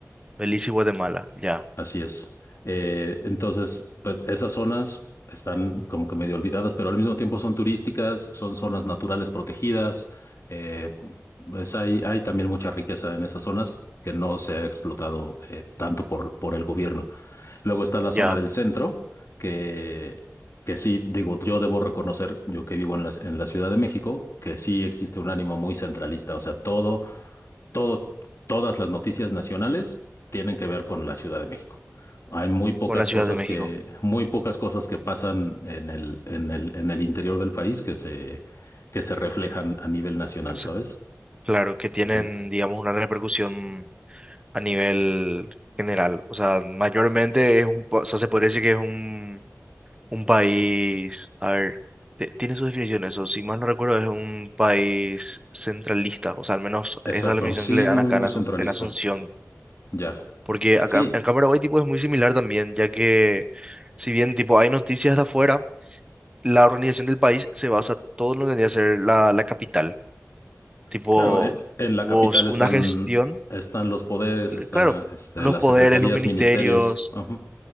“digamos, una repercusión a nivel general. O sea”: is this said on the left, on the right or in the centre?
Right